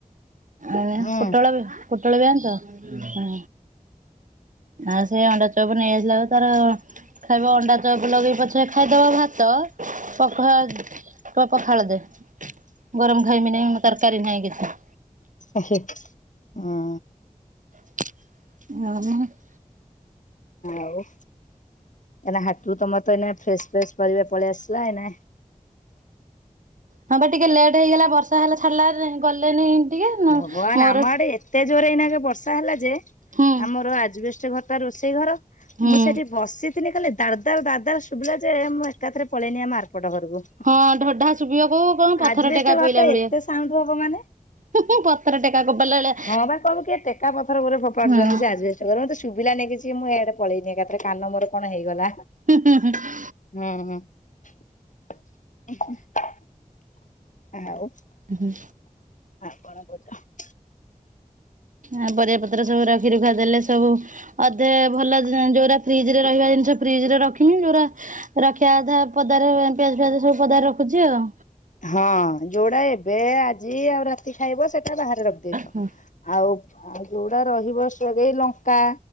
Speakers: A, on the right (about 65°); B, on the left (about 65°).
A: ଆଜ୍ଞା
B: ହୁଁ
A: ପୋଟଳ ବି ପୋଟଳ ବି ଆଣିଚ ହଁ। ଆଉ ସେ ଅଣ୍ଡା ଚପ୍ ନେଇ ଆସିଲାକୁ ତାର ଖାଇବ ଅଣ୍ଡା ଚପ୍ ଲଗେଇ ପଛେ ଖାଇଦବ ଭାତ। ପଖା କଇବ ପଖାଳ ଦେ। ଗରମ ଖାଇମିନି ତରକାରୀ ନାହିଁ କିଛି।
B: ଏ ହେ ଉଁ
A: <unintelligible>
B: ଆଉ। ଏନେ ହାଟରୁ ତମର ଏନେ ଫ୍ରେସ୍ ଫ୍ରେସ୍ ପରିବା ପଳେଇ ଆସିବ ଏନେ
A: ହଁ ବା, ଟିକେ ଲେଟ୍ ହେଇଗଲା ବର୍ଷା ହେଲା ଛାଡିଲା, ଗଲେନି ଟିକେ। ମୋର
B: ଭଗବାନ ଆମ ଆଡେ ଏତେ ଜୋରେ ଏଇନାଗେ ବର୍ଷା ହେଲା ଯେ,
A: ହୁଁ
B: ଆମର ଆଜବେଷ୍ଟ ଘରଟା ରୋଷେଇ ଘର
A: ହୁଁ
B: ମୁଁ ସେଠି ବସିଥିଲି, ଖାଲି ଦାଳ୍ ଦାଳ୍ ଶୁଭିଲା ଯେ ମୁଁ ଏକାଥରେ ପଳେଇନି ଆମ ଆାରପଟ ଘରକୁ।
A: ହଁ ଧଡ୍ ଧଢା ଶୁଭିବାକୁ କଣ ପଥର
B: ଆଜବେଷ୍ଟ
A: ଟେକା
B: ଘରଟା
A: ପଇଲା ଭଳିଆ?
B: ଏତେ ସାଉଣ୍ଡ ହବ ମାନେ
A: ହୁଁ ହୁଁ, ପଥର ଟେକା ଫୋପାଡିଲା ଭଳିଆ।
B: ହଁ ବା, କଇବ କିଏ ଟେକା ପଥର ପରି ଫୋପାଡୁଛନ୍ତି,
A: ହଁ
B: ସେ ଆଜବେଷ୍ଟ ଏଇରା ମତେ ଶୁଭିଲାନି କିଛି, ମୁଁ ଇଆଡେ ପଳେଇନି ଏକାଥରେ କାନ ମୋର କଣ ହେଇଗଲା?
A: ହୁଁ ହୁଁ ହୁଁ।
B: <unintelligible> ଆଉ
A: ଉଁ ହୁଁ।
B: ଆପଣ <unintelligible>
A: ଆ ପରିବା ପତ୍ର ସବୁ ରଖି ରୁଖା ଦେଲେ, ସବୁ ଅଧେ ଭଲ, ଯୋଉରା ଫ୍ରିଜରେ ରହିବା ଜିନିଷ ଫ୍ରିଜରେ ରଖିମୁଁ। ଯୋଉରା ରଖିବା କଥା ପଦାରେ ପିଆଜ ଫିଆଜ ସବୁ ପଦାରେ ରଖୁଛି ଆଉ।
B: ହଁ, ଯୋଉଡା ଏବେ ଆଜି ଆଉ ରାତିକି ଖାଇବ ସେଇଟା ବାହାରେ ରଖି ଦେଇଥାଅ।
A: ହଁ
B: ଆଉ ଆଉ ଯୋଉଟା ରହିବ, ସିଆଡେ ଲଙ୍କା